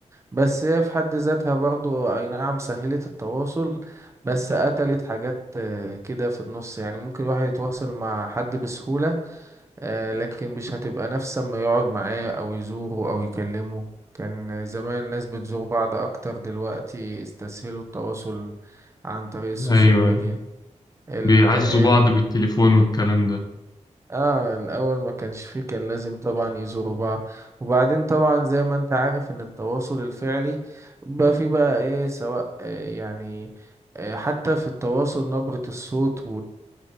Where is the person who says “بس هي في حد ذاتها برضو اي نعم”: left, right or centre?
Right